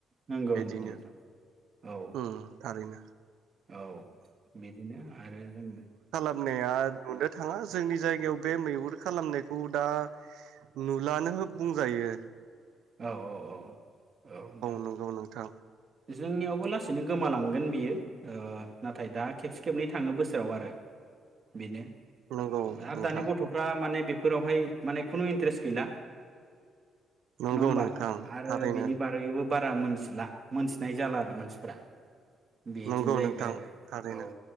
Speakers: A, on the right; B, on the right.
A: नंगौ
B: बिदिनो
A: नंगौ नोंथां औ
B: ओम थारैनो।
A: औ बिदिनो आरो जों
B: नाया नुनो थाङा जोंनि जायगायाव बे मैहुर खालामनायखौ दा नुलानो बुंजायो।
A: औ औ औ औ नोंथां
B: नंगौ नोंथां
A: जोंनियावबो लासै सैनो गोमालांगोन बियो ओ नाथाय दा खेबसे खेबनै थाङो बोसोराव आरो बेनो
B: नंगौ
A: औ आरो
B: नोंथां
A: दानि गथ'फ्रा माने बे बेफोरावहाय माने खुनु इन्ट्रेस्त गैला।
B: नंगौ
A: नङा होमबा
B: नोंथां
A: आरो
B: थारैनो।
A: बेनि बारैबो बारा मोनथिला मोनथिनाय जाला आरो मानसिफोरा। बिदिनो
B: नंगौ
A: जाहैबाय
B: नोंथां
A: आरो
B: थारैनो
A: औ।